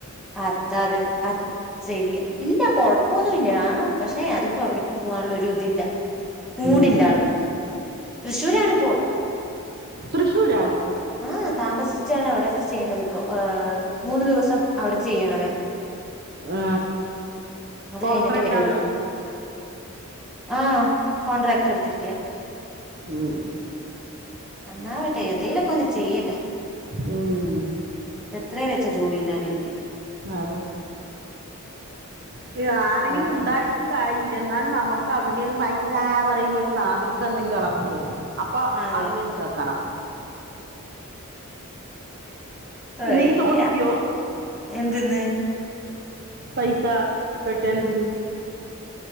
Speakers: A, in the centre; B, on the right (about 45°).
A: അത്താ അത്. അത് ശരിയാ ഇല്ല കൊഴപ്പൊന്നൂല്ല. പക്ഷെ അതിപ്പോ എവിടക്കും പോവാനുള്ളൊ ഒരു ഇതില്ല. മൂടില്ല
B: ഉം.
A: ആൾക്ക്. തൃശ്ശൂരാണ് പ്പോ.
B: തൃശ്ശൂരാ.
A: ആഹ് താമസിച്ചാണ് അവ്ടെ ചെയ്യണതിപ്പോ. മൂന്നു ദിവസം. അവിടെ ചെയ്യണതേ.
B: ആ
A: അത്
B: കോൺട്രാക്ട്
A: കഴിഞ്ഞിട്ടേ വരോളൂ.
B: ആണ്
A: ആഹ് കോൺട്രാക്ട് എടുത്തിരിക്കാ.
B: ഉം.
A: അന്നാവട്ടെ എന്തേലൊക്ക ഒന്ന് ചെയ്യട്ടെ
B: ഉം
A: എത്രയെന്നു വെച്ചാ ജോലിയില്ലാണ്ടിരിക്കാ
B: അതെ ക്യാരെങ്കിലും
A: പോന്ന്
B: ഉണ്ടായി ഉണ്ടായിരുന്നാൽ നമ്മക്ക് അവൻ്റേന്ന് പൈസാ താ പറയുമ്പോഴേക്കും അവർക്ക് എന്തെങ്കിലും ഇളകം വരും അപ്പൊ
A: അതെ
B: അവങ്ങേന്ന് കേക്കണം
A: വയ്യ
B: നീ ചോദിക്കുവോ
A: എന്തന്ന്
B: പൈസ കെട്ടിയോൻത്ത്